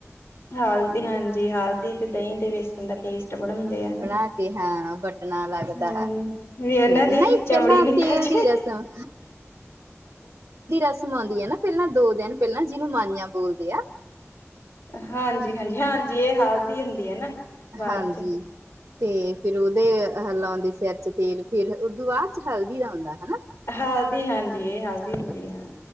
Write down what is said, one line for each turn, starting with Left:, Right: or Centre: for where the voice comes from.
Left: ਹਲਦੀ ਹਾਂਜੀ ਹਲਦੀ ਤੇ ਦਈਂ ਤੇ ਵੇਸਨ ਦਾ ਪੇਸਟ ਚ ਬਣਾਉਂਦੇ ਆ ਨਾ
Right: ਬਣਾ ਕੇ ਹਾਂ ਬਟਨਾ ਲੱਗਦਾ
Left: ਹਮ ਵੀ ਉਹਨਾਂ
Right: ਤੇ
Left: ਦੀ
Right: ਨਹੀਂ
Left: ਚਮੜੀ
Right: ਪਹਿਲਾਂ
Left: ਨਿਖਰ
Right: ਤੇਲ ਦੀ
Left: ਜੇ।
Right: ਰਸਮ ਰਸਮਾ ਹੋਂਦੀਆ ਨਾ ਪਹਿਲਾਂ ਦੋ ਦਿਨ ਪਹਿਲਾਂ ਜਿਹਨੂੰ ਮਾਇਆਂ ਬੋਲਦੇ ਐ
Left: ਹਾਂਜੀ ਹਾਂਜੀ ਹਾਂਜੀ ਇਹ ਹਾਲਦੀ ਹੁੰਦੀ ਹੈ ਨਾ ਬਾਅਦ
Right: ਹਾਂਜੀ।
Left: ਚ
Right: ਤੇ ਫੇਰ ਓਦੇ ਆਹ ਲੌਂਦੇ ਸਿਰ ਚ ਤੇਲ ਫੇਰ ਓਦੋਂ ਬਾਦ ਚ ਹਲਦੀ ਦਾ ਔਂਦਾ ਹਨਾ।
Left: ਹਲਦੀ ਹਾਂਜੀ ਇਹ ਹਲਦੀ ਹੁੰਦੀ ਆ